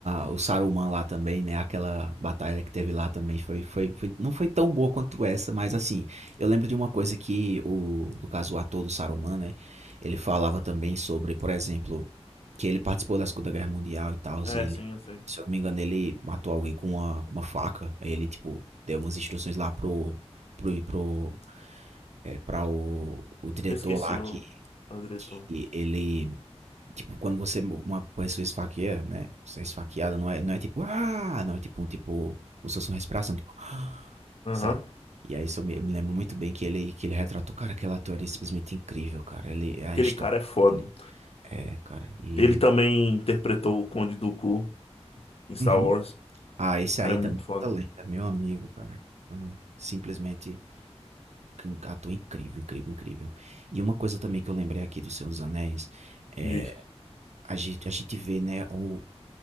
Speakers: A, on the right; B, on the left.
A: a, o Saruman lá também, né? Aquela batalha que teve lá também foi, foi, foi- não foi tão boa quanto essa, mas assim, eu lembro de uma coisa que o, no caso, o ator do Saruman, né? Ele falava também sobre, por exemplo, que ele participou da Segunda Guerra Mundial e tal,
B: É,
A: e ele,
B: sim, eu sei.
A: se eu não me engano, ele matou alguém com uma, com uma faca. Aí ele, tipo, deu umas instruções lá pro, pro, pro, é, pra o, o diretor
B: Eu esqueci
A: lá
B: o
A: que,
B: Andretão.
A: que ele Tipo, quando você, uma pessoa esfaqueia, né? Você é esfaqueada, não é, não é tipo, ah, não, é tipo, tipo, como se fosse respiração, tipo, <gasps> "Ah",
B: Aham.
A: sabe? E aí isso eu me, eu me lembro muito bem que ele, que ele retratou, cara, aquele ator ele é simplesmente incrível, cara. Ele, a
B: Aquele
A: história
B: cara é foda.
A: dele. É, cara, e.
B: Ele também interpretou o Conde Dooku em Star
A: Uhum.
B: Wars. O
A: Ah, esse
B: cara
A: aí
B: é muito
A: também
B: foda
A: é outra lenda, meu amigo, cara. Ah, Simplesmente um ator incrível, incrível, incrível. E uma coisa também que eu lembrei aqui do Senhor dos Anéis, é,
B: disso.
A: a gente, a gente vê, né, o